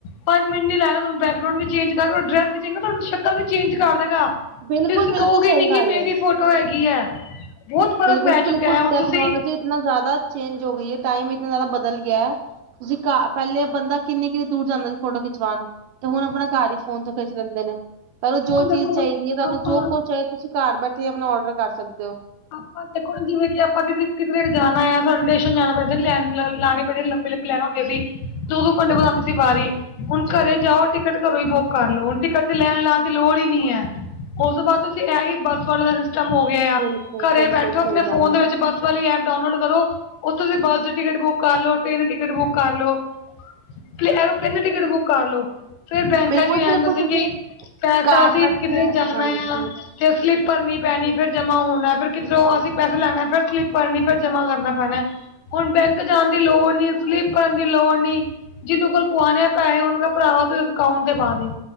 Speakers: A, on the left (about 80°); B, on the right (about 80°).
A: ਪੰਜ ਮਿੰਟ ਨੀ ਲੈਣੇ ਤੁਹਾਨੂੰ ਬੈਕਗਰਾਊਂਡ ਵੀ ਚੇਂਜ ਕਰ ਤੁ ਡਰੈਸ ਵੀ ਚੇਂਜ ਤੁਹਾਡੀ ਸ਼ਕਲ ਵੀ ਚੇਜ ਕਰ ਦੇਗਾ
B: ਬਿਲਕੁਲ
A: ਤੇ ਤੁਸੀਂ
B: ਬਿਲਕੁਲ
A: ਕਹੋਗੇ
B: ਸਹੀ
A: ਨੀ
B: ਗੱਲ
A: ਕਿ ਮੇਰੀ
B: ਹੈ।
A: ਫੋਟੋ ਹੈਗੀ ਹੈ ਬਹੁਤ ਫ਼ਰਕ
B: ਬਿਲਕੁਲ
A: ਪੈ
B: ਜੀ ਬਿਲਕੁਲ
A: ਚੁੱਕਿਆ ਹੈ ਹੁਣ
B: ਟੈਕਨੋਲੋਜੀ
A: ਤੁਸੀਂ
B: ਇਤਨਾ ਜ਼ਿਆਦਾ ਚੇਂਜ ਹੋ ਗਈ ਹੈ ਟਾਈਮ ਇਤਨਾ ਜ਼ਿਆਦਾ ਬਦਲ ਗਿਆ ਹੈ ਤੁਸੀਂ ਘ, ਪਹਿਲੇ ਬੰਦਾ ਕਿੰਨੇ ਕਿੰਨੇ ਦੂਰ ਜਾਂਦਾ ਸੀ ਫੋਟੋ ਖਿਚਵਾਉਣ, ਤੇ ਹੁਣ ਆਪਣਾ ਘਰ ਹੀ ਫੋਨ ਤੋਂ ਖਿੱਚ ਲੈਂਦੇ ਨੇ, ਤੁਹਾਨੂੰ ਜੋ
A: ਹੁਣ ਦੇਖੋ
B: ਚੀਜ਼ ਚਾਹੀਦੀ ਹੈ ਤੁਹਾਨੂੰ
A: ਆਪਾਂ
B: ਜੋ ਕੁਛ ਚਾਹੇ ਤੁਸੀਂ ਘਰ ਬੈਠੇ ਆਪਣਾ ਔਰਡਰ ਕਰ ਸਕਦੇ ਹੋ
A: ਆਪਾਂ ਦੇਖੋ ਜਿਵੇਂ ਕਿ ਆਪਾਂ ਕਿਤੇ ਕਿਧਰੇ ਵੀ ਜਾਣਾ ਆ, ਸਾਨੂੰ ਸਟੇਸ਼ਨ ਜਾਣਾ ਪੈਂਦਾ ਲਾਈਨ ਬੜੀ ਲੰਬੀ ਪਹਿਲਾਂ ਆਪਾਂ ਲੈਣ ਆਂਦੇ ਸੀ, ਦੋ ਦੋ ਘੰਟੇ ਬਾਦ ਆਉਂਦੀ ਸੀ ਵਾਰੀ ਹੁਣ ਘਰੇ ਜਾਓ ਟਿਕਟ ਘਰੋਂ ਹੀ ਬੁੱਕ ਕਰ ਲੋ, ਹੁਣ ਟਿਕਟ ਦੀ ਲੈਣ ਲਾਣ ਦੀ ਲੋੜ ਹੀ ਨਹੀਂ ਹੈ ਉਸ ਤੋਂ ਬਾਅਦ ਤੁਸੀਂ ਇਹ ਹੀ ਬੱਸ ਵਾਲਾ ਸਿਸਟਮ ਹੋ ਗਿਆ ਘਰੇ
B: ਬਿਲਕੁਲ ਬਿਲਕੁਲ
A: ਬੈਠੋ,
B: ਸਹੀ
A: ਆਪਣੇ
B: ਗੱਲ
A: ਫੋਨ
B: ਹੈ
A: ਦੇ ਵਿੱਚ ਬੱਸ ਵਾਲੀ ਐਪ ਡਾਊਨਲੋਡ ਕਰੋ ਉੱਥੋਂ ਦੀ ਬੱਸ ਦੀ ਟਿਕਟ ਬੁੱਕ ਕਰ ਲੋ ਟ੍ਰੇਨ ਟਿਕਟ ਬੁੱਕ ਕਰ ਲੋ, ਪ ਐਰੋਪਲੇਨ ਦੀ ਟਿਕਟ ਬੁੱਕ ਕਰ ਲੋ ਫੇਰ ਬੈਂਕਾਂ
B: ਬਿਲਕੁਲ
A: ਚ ਵੀ ਆਂ
B: ਬਿਲਕੁਲ
A: ਦੱਸੇ
B: ਤੁਸੀਂ
A: ਕਿ ਪੈਸਾ,
B: ਘਰ
A: ਅਸੀਂ
B: ਬੈਠੇ
A: ਕਿਧਰੇ ਜਾਣਾ
B: ਹਾਂਜੀ
A: ਆ ਫੇਰ ਸਲਿਪ ਭਰਨੀ ਪੈਣੀ, ਫਿਰ ਜਮਾ ਹੋਣਾ ਫਿਰ ਕਿਧਰੋ ਉਹ ਅਸੀਂ ਪੈਸੇ ਲੈਣਾ, ਫਿਰ ਸਲਿੱਪ ਭਰਨੀ ਫ਼ਿਰ ਜਮ੍ਹਾਂ ਕਰਨਾ ਪੈਣਾ ਹੁਣ ਬੈਂਕ ਜਾਣ ਦੀ ਲੋੜ ਨੀ, ਸਲੀਪ ਭਰਣ ਦੀ ਲੋੜ ਨੀ ਜਿਹਨੂੰ ਕੋਲ ਪਵਾਣੇ ਆ ਪੈਸੇ, ਉਹਨੂੰ ਕਹਿ ਭਰਾਵਾ ਤੂੰ ਇਸ ਅਕਾਊਂਟ ਤੇ ਪਾ ਦੇ